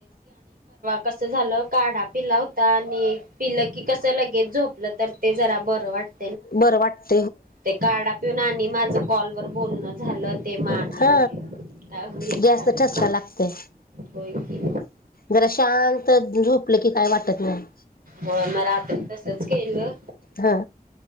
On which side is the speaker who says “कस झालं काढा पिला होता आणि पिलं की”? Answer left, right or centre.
Right